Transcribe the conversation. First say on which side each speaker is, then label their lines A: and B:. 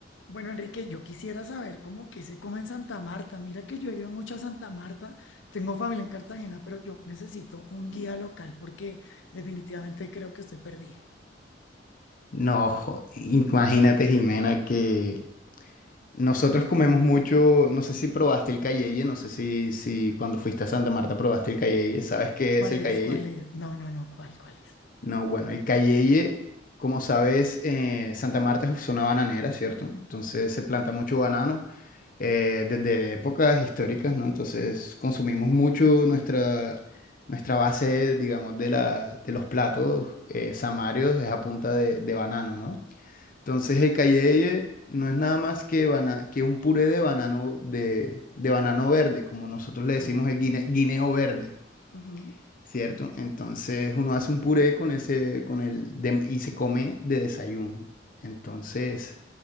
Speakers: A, on the left; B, on the left.
A: Bueno, Enrique, yo quisiera saber cómo que se come en Santa Marta. Mira que yo he ido mucho a Santa Marta, tengo familia en Cartagena, pero yo necesito un guía local porque definitivamente creo que estoy perdida.
B: No, jo- imagínate, Jimena, que nosotros comemos mucho, no sé si probaste el cayeye, no sé si, si cuando fuiste a Santa Marta probaste el cayeye, ¿sabes qué
A: ¿Cuál
B: es el
A: es?
B: cayeye?
A: ¿Cuál es? No, no, no, ¿cuál? ¿Cuál es?
B: No, bueno, el cayeye, como sabes, eh, Santa Marta es una bananera, ¿cierto? Entonces se planta mucho banano eh, desde épocas históricas, ¿no? Entonces consumimos mucho nuestra, nuestra base, digamos, de la, de los platos eh, samarios es a punta de, de banano, ¿no? Entonces el cayeye no es nada más que, bana- que un puré de banano, de, de banano verde, como nosotros le decimos
A: Sí.
B: el guine- guineo verde,
A: ujú,
B: ¿cierto? Entonces uno hace un puré con ese, con el de- y se come de desayuno. Entonces